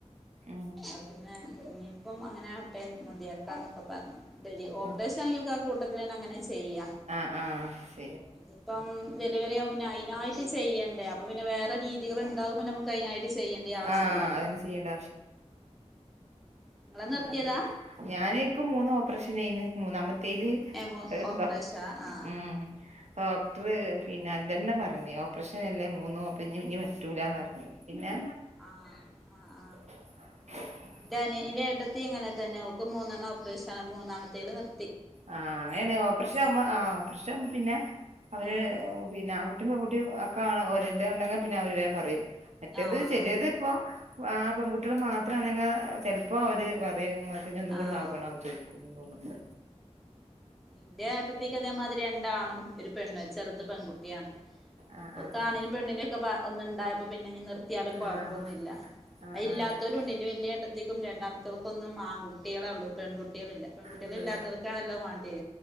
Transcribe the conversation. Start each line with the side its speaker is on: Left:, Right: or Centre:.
Right: ആഹ്.
Centre: അപ്പൊ പിന്നെ ഇനിപ്പം അങ്ങനെ ആവട്ടെ മതിയാക്കാന്നൊക്കെ പ പർഞ്ഞു ഡെയ്ലി ഓപ്പറേഷാണെങ്കി
Right: ഉം
Centre: ആ കൂട്ടത്തിലന്നെ അങ്ങനെ ചെയ്യാ.
Right: ആഹ്.
Centre: ഇതിപ്പം ഡെലിവറി ആവുമ്പൊന്നെ അയ്നായിട്ട് ചെയ്യണ്ടേ. അപ്പൊ പിന്നെ വേറെ രീതികള് ണ്ടാവുമ്പോ നമുക്ക് അയ്നായിട്ട് ചെയ്യേണ്ട്യോ ആവശ്യല്ലല്ലോ.
Right: ആ അതൊന്നും
Centre: <inaudible>
Right: ചെയ്യേണ്ട
Centre: നിങ്ങളെ നിർത്തിയതാ
Right: ആഹ് അതെ ഞാന് ഇക്ക് മൂന്ന് ഓപ്പറേഷനേന്ന് മൂന്നാമ തേല്
Centre: എമോ
Right: അഹ്ണ്ടോ
Centre: ഓപ്പറേഷ ആഹ്
Right: ഉം ഉം ഡോക്ട്ട്ർ പിന്നെ അതെന്നെ പറഞ്ഞ് ഓപ്പറേഷനല്ലേ മൂന്നും. അപ്പ ഞ്ഞിഞ്ഞി പറ്റൂലാന്നർഞ്ഞു പിന്നെ.
Centre: ആഹ് ആഹ്
Right: <inaudible>
Centre: ന്റെഅനി ന്റെഏട്ടത്തി ഇങ്ങനെ തന്നെ ഓക്ക് മൂന്നെണ്ണം ഓപ്പറേഷാണ് മൂന്നാമത്തേല് നിർ
Right: ആഹ് അങ്ങനേണ് ഓപ്റഷാവുമ്പോ ആഹ് ഓപ്പ്റഷാവുമ്പ പിന്നെ അവര്
Centre: ആഹ്
Right: പിന്നെ ആങ്കുട്ടിയും പെൺകുട്ടിയും ഒക്കെ ആണ് ഓരെത് ഉണ്ടെങ്കി പിന്നെ അവര് വേം പറയും മറ്റേത്
Centre: ആഹ്
Right: ചെലേത്പ്പോ ആഹ് പെൺകുട്ടിയേള് മാത്രാണെങ്ങി ചെൽപ്പോ അവര് പറയും ഇങ്ങക്ക് ഞ്ഞി ഒന്നും
Centre: ആഹ്
Right: കൂടി നോക്കണോന്ന് ചോയിക്കും തോന്ന്ണ്ട്.
Centre: ന്റെ ഏട്ടത്തിക്ക് അതേമാതിരി രണ്ടാണും ഒരു പെണ്ണും ചെറുത് പെൺകുട്ടിയാണ്.
Right: ആഹ്
Centre: ഓക്ക്
Right: ആഹ്
Centre: ആണിനും പെണ്ണിനും ഒക്കെ പ ഒന്ന്ണ്ടായപ്പോ പിന്നെ ഇഞ്ഞ് നിർത്തിയാലും കൊഴപ്പൊന്നുല്ല.
Right: ആഹ് ആഹ്
Centre: അത്‌ ഇല്ലാത്തോലുണ്ട്
Right: ആഹ് ആഹ്
Centre: ന്റെ വല്ല്യേ ഏട്ടത്തിക്കും രണ്ടാമത്തോൾക്കൊന്നും ആങ്കുട്ട്യാളെ ഒള്ളൂ പെങ്കുട്ട്യാളില്ലാ. പെങ്കുട്ട്യാള്
Right: ഇല്ല
Centre: ഇല്ലാത്തോൽക്കാണല്ലോ വാണ്ട്യേ